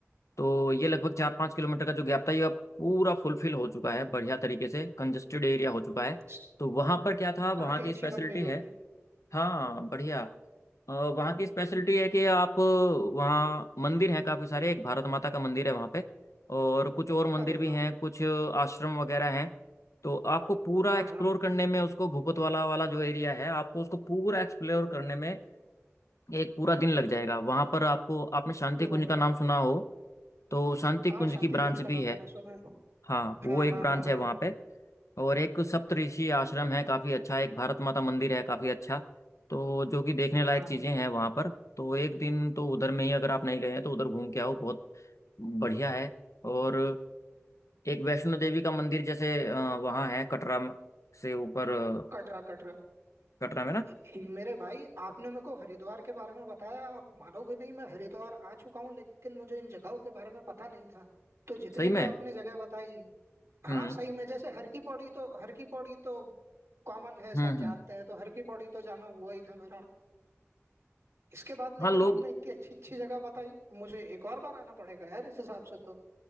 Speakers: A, on the left; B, on the right.
A: तो ये लगभग चार पाँच किलोमीटर का जो गैप था ये अब पूरा फुलफिल हो चुका है बढ़िया तरीके से कंजेस्टेड एरिया हो चुका है
B: स-
A: तो वहाँ पर क्या था
B: सड़कें
A: वहाँ की
B: अच्छी
A: स्पेशलिटी
B: बन गई होगी
A: है हाँ बढ़िया अ, वहाँ की स्पेशलिटी है कि आप वहाँ मंदिर हैं काफ़ी सारे एक भारत माता का मंदिर है वहाँ पे और कुछ और मंदिर
B: अरे
A: भी
B: वाह
A: हैं कुछ आश्रम वगैरह हैं तो आपको पूरा
B: हाँ
A: एक्सप्लोर
B: हाँ
A: करने में उसको भूपतवाला वाला जो एरिया है आपको उसको पूरा एक्सप्लोर करने में एक पूरा दिन लग जाएगा वहाँ पर आपको आपने शांति
B: पूरा
A: कुंज का
B: दिन
A: नाम सुना हो तो शांति
B: हाँ
A: कुंज
B: शांति
A: की ब्रांच
B: कुंज का
A: भी
B: नाम
A: है
B: मैंने सुना है
A: हाँ वो
B: हाँ
A: एक
B: हाँ
A: ब्रांच
B: हाँ
A: है
B: हाँ
A: वहाँ पे और एक सप्तऋषि आश्रम है काफ़ी अच्छा एक भारत माता मंदिर है काफ़ी अच्छा तो जो कि देखने लायक
B: हाँ
A: चीज़ें हैं वहाँ पर तो एक दिन तो उधर में ही अगर आप नहीं गए हैं तो उधर घूम के आओ बहुत बढ़िया है और एक वैष्णो देवी का मंदिर जैसे अ, वहाँ है कटरा म- से ऊपर अ,
B: कटरा कटरा
A: कटरा में ना
B: हि- मेरे भाई आपने मेरे को हरिद्वार के बारे में बताया आप मानोगे नहीं मैं हरिद्वार आ चुका हूँ लेकिन मुझे इन जगहों के बारे में पता नहीं था तो जितनी
A: सही में
B: भी आपने जगह बताई हाँ
A: हम्म
B: सही में जैसे हर की पौड़ी तो हर की पौड़ी तो कॉमन है सब
A: हम्म
B: जानते
A: हम्म
B: हैं तो हर की पौड़ी तो जाना हुआ ही था मेरा इसके बाद लेकिन
A: हाँ लोग
B: आपने इतनी अच्छी अच्छी जगह बताई मुझे एक और बार आना पड़ेगा यार इस हिसाब से तो